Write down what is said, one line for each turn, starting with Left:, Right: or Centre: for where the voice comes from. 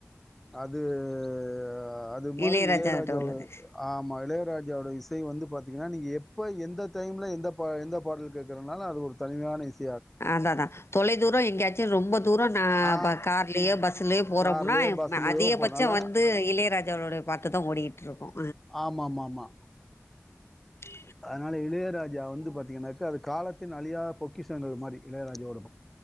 Centre: அதூ அ அது மாரி
Left: இளையராஜா
Centre: இளையராஜாவுட
Left: கிட்ட உள்ளது
Centre: ஆமா இளையராஜாவுட இசை வந்து பாத் தீங்கனா நீங்க எப்ப எந்த டைம்ல எந்த பா எந்த பாடல் கேக்றனாலு அது ஒரு தனிமையான இச
Left: அதா அதா தொலைதூரோ எங்கயாச்சு ரொம்ப தூரோ நா
Centre: ஆ
Left: கார்லயோ பஸ் பஸ்லயே போறோமுனா
Centre: கார்லயோ பஸ்லயோ
Left: அதிகபட்சோ
Centre: போனால
Left: வந்து இளையராஜாவுடைய பாட்டுதா ஓடிகிட்ருக்கு
Centre: ஆமா ஆமா ஆமா
Left: <inaudible>
Centre: அதனால இளையராஜா வந்து பாத்தீங்கன்னாக்க அது காலத்தின் அழியா பொக்கிஷன்றது மாரி இளையராஜா ஓட